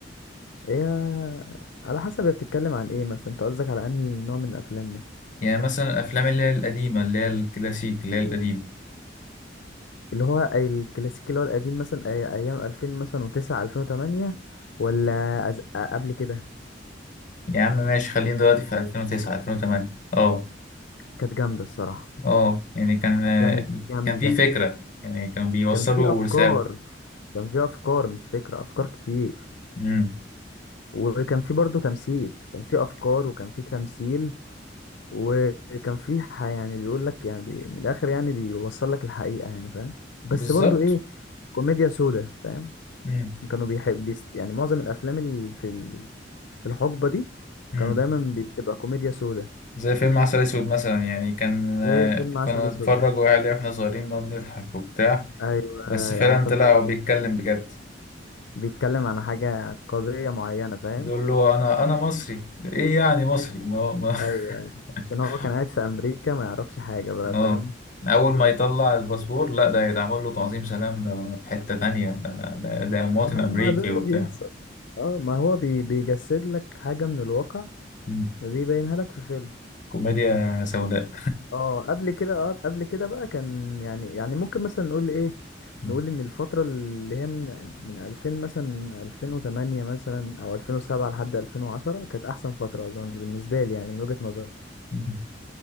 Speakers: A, on the left; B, on the left.
A: ايه على حسب هي بتتكلم عن ايه مثلا انت قصدك على انهي نوع من الافلام مثلا
B: يعني مثلا الأفلام اللي هي القديمة اللي هي الكلاسيك اللي هي القديمة
A: اللي هو الكلاسيكي اللي هو القديم مثلا أي- ايام 2000 مثلا و9 2008 ولا أز... قبل كده
B: يا عم ماشي خلينا دلوقتي في 2009 2008 اه
A: كانت جامدة الصراحة
B: اه يعني كان آه،
A: كانت جامدة
B: كان في فكرة يعني كانوا بيوصلوا
A: كان في افكار
B: رسالة
A: كان في افكار مش فكرة افكار كتير
B: امم
A: وكان في برضه تمثيل كان في افكار وكان في تمثيل وكان في ح- يعني بيقول لك يعني بي- من الاخر يعني بيوصل لك الحقيقه يعني فاهم بس
B: بالظبط
A: برضو ايه كوميديا سودا فاهم
B: امم
A: كانوا بيحب بيست يعني معظم الافلام اللي في ال- في الحقبه دي
B: امم
A: كانوا دايما بتبقى كوميديا سودا
B: زي فيلم عسل اسود مثلا يعني كان
A: زي
B: آه،
A: فيلم عسل
B: كنا
A: اسود
B: نتفرج
A: مثلا
B: عليه واحنا صغيرين نقعد نضحك وبتاع
A: ايوه
B: بس فعلا
A: او انت
B: طلع
A: بتعرف
B: هو بيتكلم بجد
A: بيتكلم عن حاجه قضيه معينه فاهم
B: بيقول له انا انا مصري ايه يعني مصري إن هو ما
A: ايوه أيوه. عشان
B: <laughs>
A: هو كان قاعد في امريكا ما يعرفش حاجه بقى
B: اه
A: فاهم
B: اول ما يطلع الباسبور لا ده يتعمل له تعظيم سلام ده في حتة تانية ده ده, ده مواطن
A: ده حقيقي
B: امريكي
A: ما ده اللي
B: وبتاع
A: بيحصل اه ما هو بي بيجسد لك حاجه من الواقع
B: مم.
A: بيبينها لك في فيلم
B: كوميديا سوداء
A: اه قبل كده اه قبل كده بقى كان يعني يعني ممكن مثلا نقول ايه
B: مم.
A: نقول ان الفترة اللي هي من من 2000 مثلا 2008 مثلا او 2007 لحد 2010 كانت احسن فترة اظن بالنسبة لي يعني من وجهة نظري
B: مم.